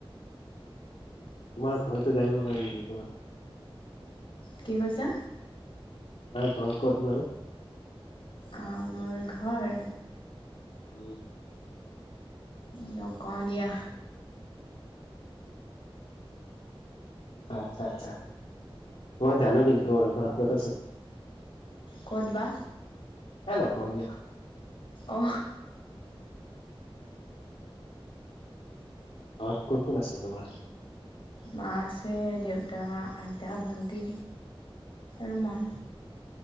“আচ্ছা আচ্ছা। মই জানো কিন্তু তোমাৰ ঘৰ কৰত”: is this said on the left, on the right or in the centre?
Left